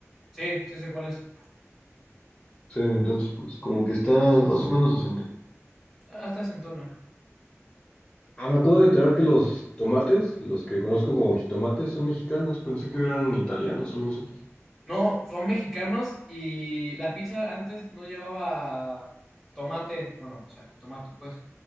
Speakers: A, in the centre; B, on the left.
A: sí, sí, sé cuál es.
B: Sí, entonces pues como que está más o menos decente.
A: Ah, está sentona.
B: Ah, me acabo de enterar que los tomates, los que conozco como jitomates, son mexicanos. Pensé que eran italianos o algo así.
A: No, son mexicanos y la pizza antes no llevaba tomate, bueno, o sea, tomate pues,